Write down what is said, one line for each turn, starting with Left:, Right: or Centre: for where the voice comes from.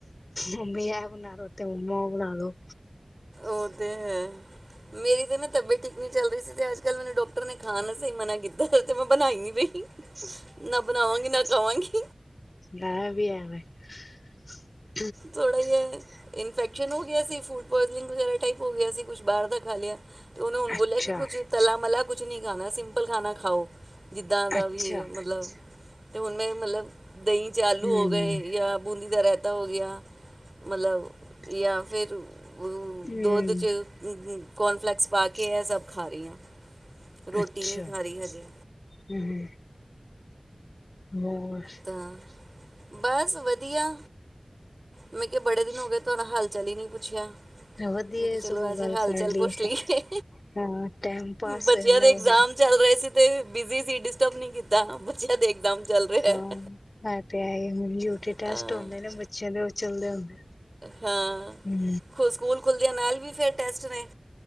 Left: ਮੰਮੀ ਇਹ ਬਣਾ ਲੋ ਤੇ ਮੰਮਾ ਬਣਾ ਲੋ
Right: ਉਹ ਤੇ ਹੈ ਮੇਰੀ ਤੇ ਨਾ, ਤਬੀਅਤ ਠੀਕ ਨੀ ਚੱਲ ਰਹੀ ਸੀ ਤੇ ਅੱਜ -ਕੱਲ੍ਹ ਮੈਨੂੰ ਡਾਕਟਰ ਨੇ, ਖਾਨ ਆਸਤੇ ਮਨਾ ਕੀਤਾ। ਤੇ ਮੈਂ ਬਨਾਈ ਨਹੀਂ, ਰਹੀ ਨਾ ਬਣਾਵਾਂਗੀ ਨਾ ਖਾਵਾਂਗੀ
Left: ਹ ਵੀ ਹੈਵੇਂ <inaudible>
Right: ਥੋੜਾ ਜਿ, ਇਨਫੈਕਸ਼ਨ ਹੋ ਗਿਆ ਸੀ ਫੂਡ ਪੁਆਜਨਿੰਗ ਵਗੈਰਾ, ਟਾਈਪ ਹੋ ਗਿਆ ਸੀ ਕੁਛ ਬਾਹਰ ਦਾ ਖਾ ਲਿਆ ਤੇ ਉਹਨੇ ਹੁਣ ਬੋਲਿਆ
Left: ਅੱਛਾ
Right: ਕਿ, ਕੁੱਝ ਤਲਾ ਮਲਾ ਕੁਝ ਕੁਛ ਨਹੀਂ ਖਾਣਾ, ਸਿੰਪਲ ਖਾਣਾ ਖਾਓ। ਜਿੱਦਾਂ ਦਾ
Left: ਅੱਛਾ
Right: ਵੀ, ਮਤਲਬ ਅਤੇ ਹੁਣ ਮੈਂ ਮਤਲਬ ਦਹੀਂ ਚ ਆਲੂ
Left: ਹਮ
Right: ਹੋ ਗਏ, ਜਾਂ ਬੂੰਦੀ ਦਾ ਰਹਿਤਾ ਹੋ ਗਿਆ ਗਿਆ -ਗਿਆ ਮਤਲਬ ਯਾ ਫਿਰ
Left: ਹਮ
Right: ਦੋਧ 'ਚ ਕੋਨਫਲੈਕਸ ਪਾ ਕੇ, ਇਹ ਸਭ ਖਾ ਰਹੀ ਹਾਂ। ਰੋਟੀ
Left: ਅੱਛਾ,
Right: ਨਹੀਂ ਖਾ ਰਹੀ ਹਜੇ
Left: ਹਮ। ਹੋਰ?
Right: ਤਾਂ ਬਸ ਵਧੀਆ। ਮੈਂ ਕਿਹਾ, ਬੜੇ ਦਿਨ ਹੋ ਗਏ ਤੁਹਾਡਾ ਹਲ ਚਲੀ ਨਹੀਂ ਪੁੱਛਿਆ
Left: ਵਧੀਆ
Right: ਮੈਂ ਕਿਹਾ ਚਲੋ,
Left: ਸਗੋਂ
Right: ਐਸੇ
Left: ਗੱਲ
Right: ਹਾਲ
Left: ਕਰ
Right: ਚਾਲ ਪੁੱਛ
Left: ਲਈਏ
Right: ਲਈ, ਏ
Left: ਹਾਂ ਟਾਈਮ ਪਾਸ
Right: ਬੱਚਿਆਂ
Left: ਹੋ ਜਾਂਦਾ
Right: ਦੇ ਇਗਜ਼ਾਮ
Left: ਬੰਦਾ
Right: ਚੱਲ ਰਹੇ ਸੀ ਤੇ ਬਿਜੀ ਸੀ, ਡਿਸਟਰਬ ਨੀ ਕੀਤਾ? ਦ ਦੇਖਦਮ ਚੱਲ ਰਿਹਾ ਹੈ।
Left: ਪ ਯੂਟੀ
Right: ਅ
Left: ਟੈਸਟ ਹਉਦੇ ਨੇ, ਬੱਚਿਆਂ ਦੇ ਚਲਦੇ ਹੁੰਦੇ
Right: ਹਾਂ।
Left: ਹਮ
Right: ਖੁ ਸਕੂਲ ਖੁੱਲਦਿਆਂ ਨਾਲ ਵੀ ਫਿਰ ਟੈਸਟ ਨੇ